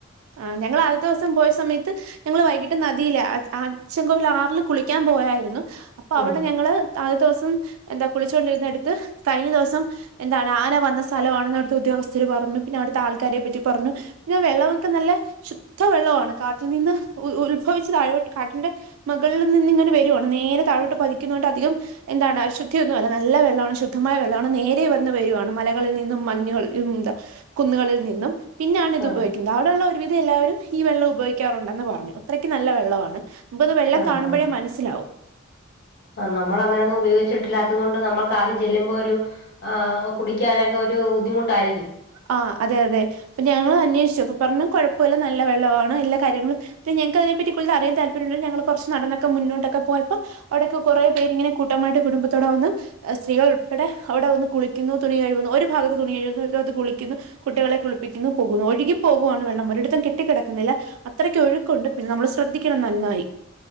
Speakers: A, on the right; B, on the left.
A: ആഹ് ഞങ്ങൾ ആദ്യത്തെ ദിവസം പോയ സമയത്ത് ഞങ്ങള് വൈകിട്ട് നദിയില അച്ചൻകോവൽ ആറില് കുളിക്കാൻ പോയായിരുന്നു അപ്പൊ അവിടെ
B: ഉം
A: ഞങ്ങള് ആദ്യത്തെ ദിവസം എന്താ കുളിച്ചോണ്ടിരുന്ന അടുത്ത് കഴിഞ്ഞ ദിവസം എന്താണ് ആന വന്ന സ്ഥലമാണെന്ന് അവിടുത്തെ ഉദ്യോഗസ്ഥര് പറഞ്ഞു പിന്നെ അവിടത്തെ ആൾക്കാരെ പറ്റി പറഞ്ഞു പിന്നെ വെള്ള ക്കെ നല്ല ശുദ്ധ വെള്ളവാണ് കാട്ടിൽ നിന്ന് ഉ ഉത്ഭവിച്ച താഴോട്ട് കാട്ടിന്റെ മകളിൽ നിന്ന്ങ്ങനെ വരുവാണ് നേരെ താഴോട്ട് പതിക്കുന്നൊണ്ട് അധികം എന്താണ് അശുദ്ധിയൊന്നുവല്ല നല്ല വെള്ളവാണ് ശുദ്ധമായ വെള്ളവാണ് നേരെ വന്ന് വരുവാണ് മലകളിൽ നിന്നും മഞ്ഞുകൾ ന്താ കുന്നുകളിൽ നിന്നും പിന്നാണിത്
B: ആഹ്
A: ഉപയോഗിക്കുന്നത് എന്താവിടെയുള്ള ഒരുവിധം എല്ലാവരും ഈ വെള്ളം ഉപോയ്ക്കാറുണ്ടെന്ന് പറഞ്ഞു അത്രക്ക് നല്ല വെള്ളവാണ് മ്പത് വെള്ളം
B: ആഹ്
A: കാണുമ്പഴേ
B: ആഹ്
A: മനസ്സിലാവും
B: ആഹ് നമ്മളങ്ങനൊന്നും ഉപയോഗിച്ചിട്ടില്ലാത്തത് കൊണ്ട് നമ്മൾക്ക് ആദ്യം ചെല്ലുമ്പൊരു ആഹ് കുടിക്കാനൊക്കൊരു ബുദ്ധിമുട്ടാരിക്കും
A: ആഹ് അതെ അതെ അപ്പ ഞങ്ങളന്വേഷിച്ച് അപ്പൊ പറഞ്ഞു കുഴപ്പില്ല നല്ല വെള്ളവാണ് എല്ലാ കാര്യങ്ങളും പിന്നെ ഞങ്ങ്ക്കതിനെപറ്റി കൂടലറിയാൻ താല്പര്യള്ളോ ഞങ്ങള് കൊറച്ച് നടന്നൊക്കെ മുന്നോട്ടൊക്കെ പോയപ്പൊ അവിടെക്കെ കൊറേ പേരിങ്ങനെ കൂട്ടമായിട്ട് കുടുംബത്തോടെ വന്ന് സ്ത്രീകളുൾപ്പെടെ അവിടെവന്ന് കുളിക്കുന്നു തുണികഴുവുന്നു ഒരു ഭാഗത്ത് തുണി കഴുവുന്നു ഒരു ഭാഗത്ത് കുളിക്കുന്നു ക്കുന്നു കുട്ടികളെ കുളിപ്പിക്കുന്നു പോകുന്നു ഒഴുകി പോകുവാണ് വെള്ളം ഒരിടത്തും കെട്ടി കെടക്കുന്നില്ല അത്രക്കൊഴുക്കുണ്ട് പിന്നെ നമ്മള് ശ്രദ്ധിക്കണം നൻന്നായി